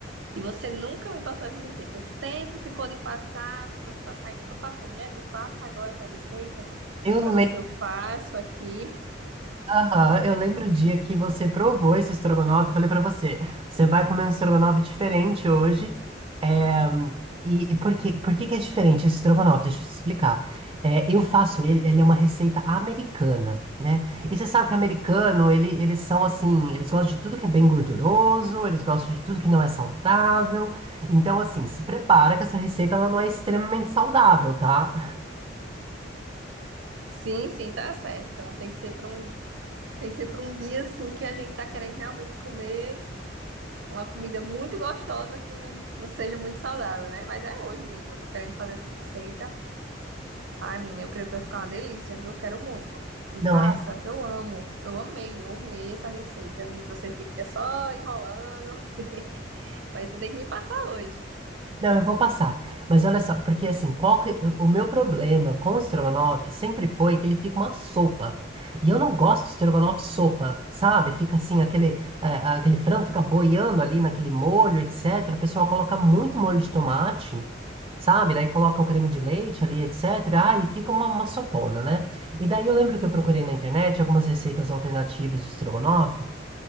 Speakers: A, on the right (about 70°); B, on the right (about 25°).
A: E você nunca me passou essa receita. Sempre ficou de passar, ficou de passar e nunca passou. Mulher, me passa agora essa receita
B: Eu
A: pra ver se eu faço aqui.
B: Aham, eu lembro o dia que você provou esse estrogonofe, eu falei pra você, você vai comer um estrogonofe diferente hoje, é, e, e por que, por que que é diferente esse estrogonofe? Deixa eu te explicar. É, eu faço ele, ele é uma receita americana, né? E você sabe que americano, ele, eles são assim, eles gostam de tudo que é bem gorduroso, eles gostam de tudo que não é saudável, então assim, se prepara que essa receita ela não é extremamente saudável, tá?
A: Sim, sim, tá certo. Então tem que ser para um, tem que ser para um dia assim que a gente tá querendo realmente comer. uma comida muito gostosa que não, não seja muito saudável, né? Mas é hoje mesmo, eu tô querendo fazer essa receita. Ai, menina, eu creio que vai ficar uma delícia, viu? Quero muito. Me
B: Não,
A: passa,
B: é. é
A: que eu amo. Eu amei, eu amei essa receita. E você fica só enrolando, <laughs> mas você tem que me passar hoje.
B: Não, eu vou passar. Mas olha só, porque assim, qual que- o meu problema com o estrogonofe sempre foi que ele fica uma sopa. E eu não gosto de estrogonofe sopa, sabe? Fica assim, aquele, é, aquele frango fica boiando ali naquele molho, etc. O pessoal coloca muito molho de tomate, sabe? Daí coloca o creme de leite ali, etc. Ah, e fica uma, uma sopona, né? E daí eu lembro que eu procurei na internet algumas receitas alternativas de estrogonofe.